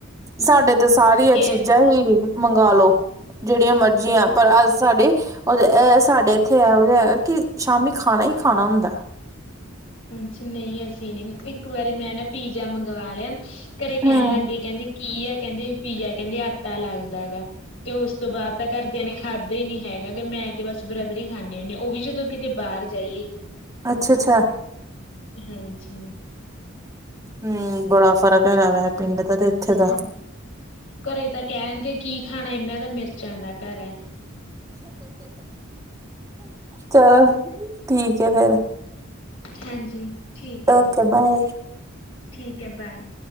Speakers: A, on the right (about 15°); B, on the left (about 75°).
A: ਸਾਡੇ ਤੇ ਸਾਰੀਆਂ
B: ਘੇਰੇ
A: ਚੀਜ਼ਾਂ ਹੀ ਮੰਗਾਲੋ ਜਿਹੜੀਆਂ ਮਰਜ਼ੀਆਂ ਪਰ ਅੱਜ ਸਾਡੇ ਉਹ ਸਾਡੇ ਇੱਥੇ ਹੈ ਉਹ ਹੈਗਾ ਕਿ ਸ਼ਾਮੀ ਖਾਣਾ ਹੀ ਖਾਣਾ ਹੁੰਦਾ
B: ਅ ਨਹੀਂ ਅਸੀਂ ਨੀ ਇੱਕ ਵਾਰੀ ਮੈਂ ਨਾ ਪੀਜ਼ਾ ਮੰਗਵਾ ਲਿਆ ਘਰੇ
A: ਹੂੰ,
B: ਕਹਿਣ ਲਾਗੇ ਕਹਿੰ ਕੀ ਆ ਕਹਿੰਦੇ ਪੀਜ਼ਾ ਕਹਿੰਦੇ ਆਟਾ ਲੱਗਦਾ ਗਾ ਤੇ ਉਸ ਤੋਂ ਬਾਅਦ ਤਾਂ ਘਰ ਦਿਆਂ ਨੇ ਖਾਦਾ ਹੀ ਨਹੀਂ ਹੈਗਾ ਮੈਂ ਤੇ ਬਸ ਬ੍ਰਦਰ ਹੀ ਖਾਂਦੇ ਹੁੰਦੇ ਹਾਂ ਉਹ ਵੀ ਜਦੋਂ ਕਿਤੇ ਬਾਹਰ ਜਾਈਏ
A: ਅੱਛਾ ਅੱਛਾ
B: ਹਾਂਜੀ
A: ਹੂੰ ਬੜਾ ਫ਼ਰਕ ਹੈਗਾ ਪਿੰਡ ਦਾ ਤੇ ਇੱਥੇ ਦਾ।
B: ਹਾਂ ਘਰੇ ਤਾਂ ਕਹਿਣ ਦੇ ਕੀ ਖਾਣਾ ਇਨਾ ਦਾ ਮਿਰਚਾਂ ਦਾ ਘਰ ਹੈ
A: ਚਲੋ ਠੀਕ ਹੈ ਫੇਰ
B: ਹਾਂਜੀ ਠੀਕ ਹੈ
A: ਓਕੇ
B: ਜੀ
A: ਬਾਏ।
B: ਠੀਕ ਹੈ ਬਾਏ